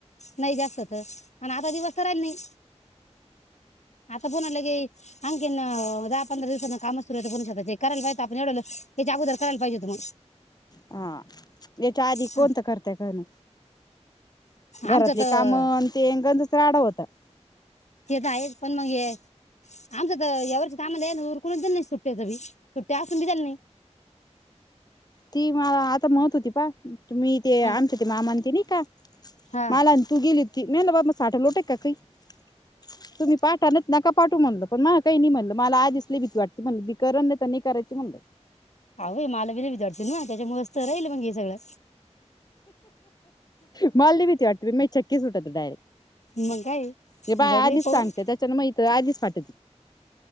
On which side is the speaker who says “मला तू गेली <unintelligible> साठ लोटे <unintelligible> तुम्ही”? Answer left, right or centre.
Left